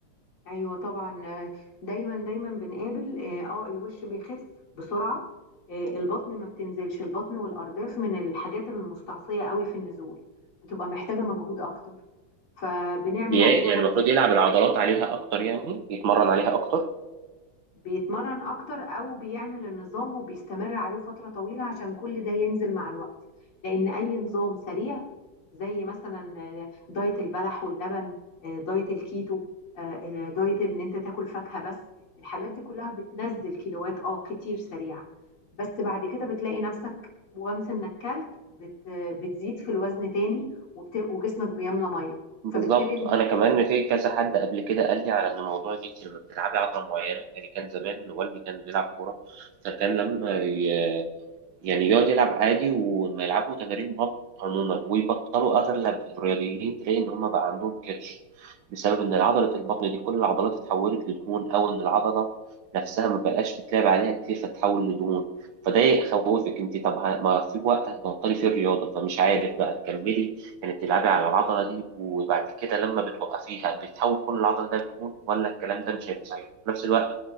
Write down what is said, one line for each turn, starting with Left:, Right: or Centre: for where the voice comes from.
Left: ايوه طبعا آه، دايما دايما بنقابل اه آه، الوش بيخس بسرعه آه، البطن ما بتنزلش البطن والارداف من الحاجات المستعصيه قوي في النزول بتبقى محتاجه مجهود اكتر فبنعمل
Right: بي- يعني
Left: عليها
Right: المفروض يلعب العضلات عليها اكتر يعني يتمرن عليها اكتر
Left: بيتمرن اكتر او بيعمل النظام وبيستمر عليه فترة طويلة عشان كل ده ينزل مع الوقت لان اي نظام سريع زي مثلا آه، دايت البلح واللبن آه، دايت الكيتو آه، آه، دايت ان انت تاكل فاكهة بس الحاجات دي كلها بتنزل كيلوات اه كتير سريعة بس بعد كده بتلاقي نفسك وانس انك كلت بت بتزيد في الوزن تاني وبت... وجسمك بيملى ميه
Right: بالظبط
Left: فبالتالي
Right: انا كمان في كذا حد قبل كده قال لي على ان موضوع ان انت لما بتلعبي عضله معينه يعني كان زمان والدي كان بيلعب كوره فكان لما ي... يعني يقعد يلعب عادي وما يلعبوا تمارين بطن عموما ويبطلوا اغلب الرياضيين تلاقي ان هم بقى عندهم كرش بسبب ان عضله البطن دي كل العضلات اتحولت لدهون او ان العضله نفسها ما بقاش بتلعب عليها كتير فتتحول لدهون فده يخوفك انت طب ه- ما في وقت هتبطلي فيه الرياضه فمش عارف بقى تكملي يعني تلعبي على العضله دي وبعد كده لما بتوقفيها بتحول كل العضله ده لدهون ولا الكلام ده مش هيبقى صحيح في نفس الوقت